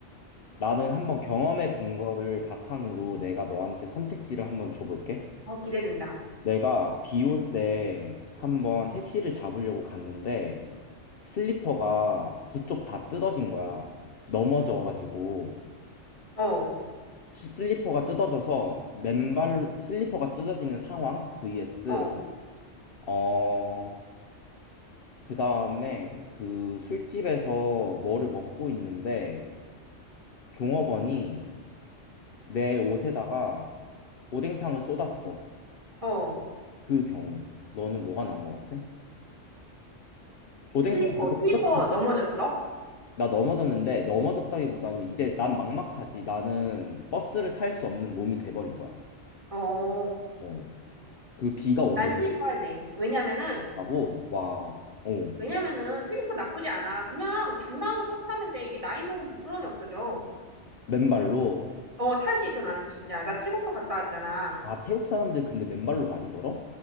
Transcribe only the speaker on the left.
나는 한번 경험해 본 거를 바탕으로 내가 너한테 선택지를 한번 줘볼게.
내가 비 올 때 한번 택시를 잡으려고 갔는데 슬리퍼가 두 쪽 다 뜯어진 거야. 넘어져가지고
슬리퍼가 뜯어져서 맨발 슬리퍼가 뜯어지는 상황 vs
어, 그 다음에 그 술집에서 뭐를 먹고 있는데 종업원이 내 옷에다가 오뎅탕을 쏟았어.
그 경우. 너는 뭐가 나은 것 같아? 오뎅탕
그렇게
뜨겁지?
나 넘어졌는데 넘어졌다기보다는 이제 난 막막하지. 나는 버스를 탈 수 없는 몸이 돼버린 거야.
어. 그 비가 오는
다고 와. 어.
맨발로.
아, 태국 사람들 근데 맨발로 많이 걸어?